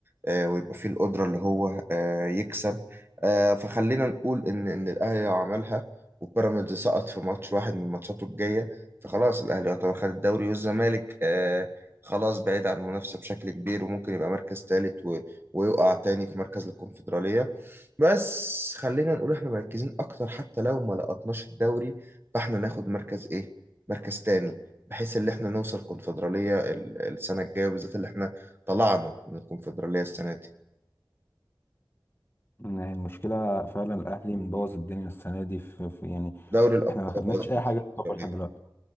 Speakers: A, on the right; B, on the left.
A: آه، ويبقى فيه القدره اللي هو آه، يكسب آه، فخلينا نقول ان ان الاهلي لو عملها وبيراميدز سقط في ماتش واحد من ماتشاته الجايه فخلاص الاهلي يعتبر خد الدوري والزمالك آه، خلاص بعيد عن المنافسه بشكل كبير وممكن يبقى مركز ثالث ويقع تاني في مركز الكونفدراليه بس خلينا نقول احنا مركزين اكتر حتى لو ما لقطناش الدوري فاحنا ناخد مركز ايه مركز تاني بحيث ان احنا نوصل كونفدرالية ال- السنة الجاية وبالذات اللي احنا طلعنا من الكونفدرالية السنة دي
B: يعني المشكلة فعلا الأهلي مبوظ الدنيا السنة دي في, في يعني
A: دوري الابطال
B: احنا ما خدناش
A: قصدي
B: أي
A: مش
B: حاجة في الكورة
A: الكونفدرالية.
B: لحد دلوقتي